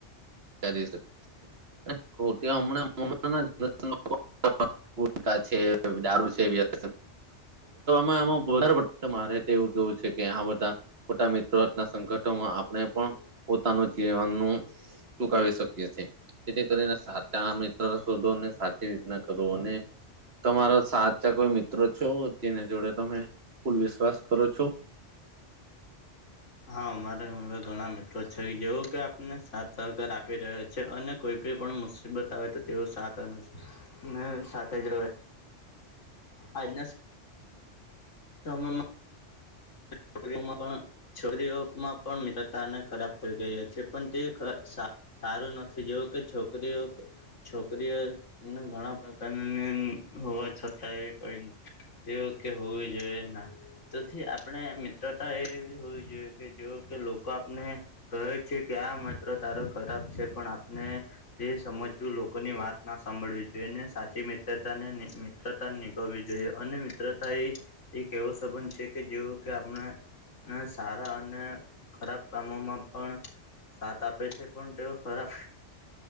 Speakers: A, on the right; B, on the left.
A: ચારી <inaudible> અને ખોટી હમણાં <inaudible> ગુટખા છે, દારૂ છે, વ્યસ <inaudible> મારે તો એવું કહેવું છે કે હા બધા ખોટા મિત્રોના સંગઠોમાં આપણે પણ પોતાનું જીવનનું ટુંકાવી શકીએ છે. તેથી કરીને સાચા મિત્ર શોધો, અને સાચી રીતના કરો. અને તમારા સાચા કોઈ મિત્રો છો, જેને જોડે તમે ફૂલ વિશ્વાસ કરો છો?
B: હા મારે હવે ઘણા મિત્રો <unintelligible> કે આપને સાથ સહકાર આપી રહ્યો છ છે. અને કોઈ ભી પણ મુસીબત આવે તો તેઓ <inaudible> ને સાથે જ રહે આજના સ મયમાં <inaudible> છોકરીઓમાં પણ મિત્રતાને ખરાબ કરી રહ્યા છે પણ તે સા સારું નથી જેવું કે છોકરીઓ છોકરીઓએ ઘણા પ્રકાર હોવા છતાં એ કઈ તેઓ કે હોવી જોઈએ ના. થી આપણે મિત્રતા એ એવી હોવી જોઈએ કે જો કે લોકો આપણે કહે છે કે આ મત્ર તારો ખરાબ છે પણ આપને તે સમજવું લોકોની વાત ના સાંભળવી જોઈએ ને સાચી મિત્રતા ને મ્રતા નિભાવવી જોઈએ અને મિત્રતા એ એક એવો સંબંધ છે કે જેવુ કે આપણે અને સારા અને ખરાબ કામોમાં પણ સાથ આપે છે પણ તેઓ ખરાબ